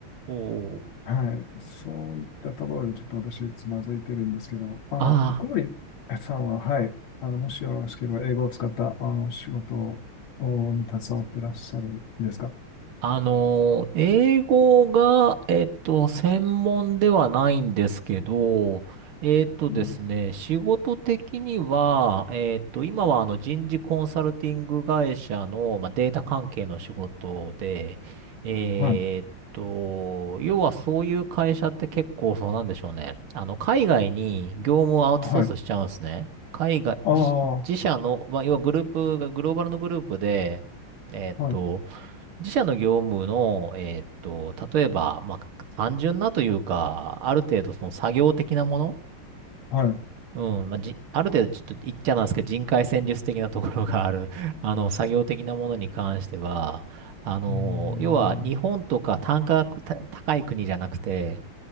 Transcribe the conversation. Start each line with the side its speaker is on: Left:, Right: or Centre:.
Right: おー
Left: はい、そういったところでちょっと私、つまずいてるんですけど、あの小森さんは、
Right: ああ。
Left: はい、あのもしよろしければ、英語を使ったあの仕事をに携わってらっしゃるんですか
Right: あのー、英語が、えっと、専門ではないんですけど、えっとですね、
Left: うん
Right: 仕事的には、えっと、今はあの人事コンサルティング会社の、まあ、データ関係の仕事で、えっと、
Left: はい
Right: 要はそういう会社って結構そうなんでしょうね。あの、海外に業務をアウトソースしちゃうんですね。
Left: はい。
Right: 海外、
Left: ああ、
Right: 自、自社の、まあ、要はグループが、グローバルのグループで、えっと、
Left: はい、
Right: 自社の業務の、えーっと、例えば、まあ、単純なというか、ある程度その作業的なもの、
Left: はい。う
Right: うん、まあ、じ、ある程度ちょっと言っちゃなんですけど、人海戦術的なところがある、<laughs> あの、作業的なものに関しては、あの、
Left: ーん。
Right: 要は日本とか単価がた高い国じゃなくて、